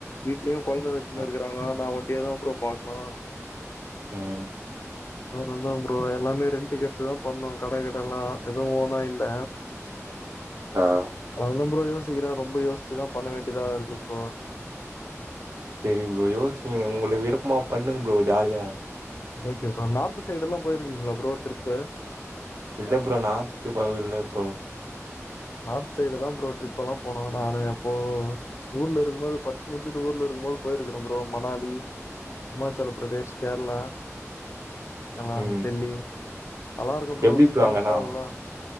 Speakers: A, on the left; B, on the right.
A: வீட்லயு கொழந்த வச்சுன்னு
B: ஆ.
A: இருக்குறாங்க நா ஒண்டியாதா ப்ரோ பாக்கனு
B: ம்
A: அதுனால தா ப்ரோ எல்லாமே ரெண்டுக்கு எத்து தா பண்ணு கட கிடல்லா எது ஓனா இல்ல
B: ஆ
A: அதுலா அப்பறோ யோசிக்கிறோ ரொம்ப யோஸ்ச்சுதா பண்ண வேண்டியதா இருக்கு ப்ரோ
B: சேரிங் ப்ரோ யோசிக்க உங்கள விருப்பமா பண்ணுங்க ப்ரோ ஜாலியா
A: ஓகே ப்ரோ நார்த்து சைடல்லா போயிருக்கீங்களா ப்ரோ ட்ரிப்பு
B: இல்ல ப்ரோ நார்த்து பகு இல்ல ப்ரோ
A: நார்த்து சைடு தா ப்ரோ ட்ரிப்பல்லா போனோ நானு அப்போ ஊர்ல இருக்கம்போது படுச்சு முடுச்சுட்டு ஊர்ல இருக்கம்போது போயிருக்கிறோ ப்ரோ மணாலி இமாச்சல பிரதேஷ் கேரளா எல்லா
B: ம்.
A: டெல்லி நல்லாருக்கு ப்ரோ
B: எப்டி
A: ஸ்னோ
B: அங்கன்னா?
A: ஃபால்லா